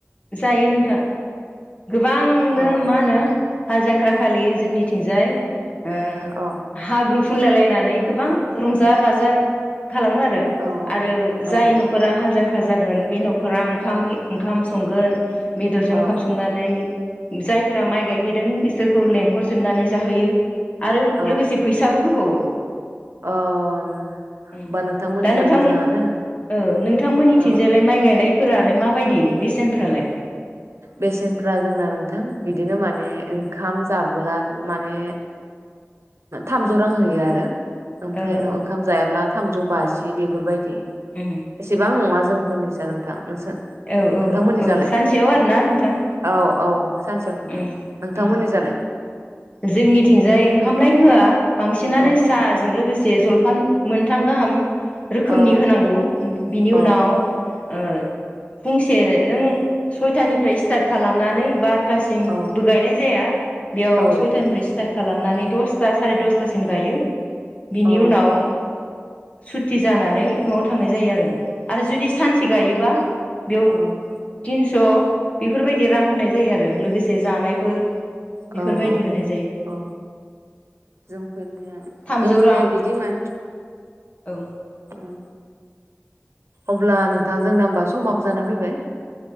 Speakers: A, on the left (about 30°); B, on the right (about 70°).
A: जायो नोंथां गोबांनो
B: औ
A: मा होनो? हाल जांख्रााखलि जोंनिथिंजाय ओ
B: औ
A: हाब्रु फुनलायलायनानै गोबां रंजा बाजा खालामो आरो
B: औ
A: आरो जाय
B: औ
A: न'खरा हाल जांख्रा जागोन बे न'खरा ओंखाम ओंखाम संगोन। बेदरजों
B: औ
A: ओंखाम संनानै जायफोरा माइ गायहैदों बिसोरखौ लेंहरजोबनानै जाहोयो। आरो
B: औ
A: लोगोसे फैसाबो होबावो।
B: अ होमबा
A: उम
B: नोंथांमोननि
A: दा
B: जा
A: नोंथां
B: मोजाङानो
A: ओ नोंथांमोननिथिंजायलाय
B: अ
A: माइ गायनायफोरालाय माबायदि बेसेनफ्रालाय
B: बेसेनफ्रा जोंना नोंथां बिदिनो माने ओंखाम जाबोला माने थामजौ रां होयो आरो ओमफ्राय
A: ओ
B: न'
A: ओ
B: ओंखाम जायाब्ला थामजौ बाजि बेफोरबायदि
A: उ
B: एसेबां नङा जोंफोरनिजा नोंथां नोंसोर
A: औ
B: नोंथांमोननि
A: औ
B: जालाय
A: औ सानसेयाव आरोना नोंथां
B: औ औ सानसेयाव नोंथां
A: उम
B: नोंथांमोननि
A: उम
B: जालाय
A: जोंनिथिंजाय ओंखामलाय होआ बांसिनानो
B: औ
A: साहाजों लोगोसे जल फान मोनथाम गाहाम रोखोमनि
B: औ
A: होनांगौ बिनि
B: औ
A: उनाव फंसे नों सयथानिफ्राय स्टार्ट खालामनानै बा थासिमबो
B: औ
A: गायनाय जाया बेयाव
B: औ
A: सय सर्ताथ खालामनानै दसथा सारि दसथासिम गायो बिनि
B: औ
A: उनाव सुथि जानानै न'आव थांनाय जायो आरो आरो जुदि सानसे गायोबा बेयाव
B: औ
A: तिनस' बेफोरबायदि रां होनाय जायो आरो लोगोसे जानायफोर बेफोरबायदि
B: औ औ
A: होनाय जायो
B: औ जोंफोरनिया
A: थामजौ
B: जोंफोरनिया
A: रां
B: बिदिमोन
A: औ
B: औ अब्ला नोंथां जोंना होमबा समाबो जाना फैबाय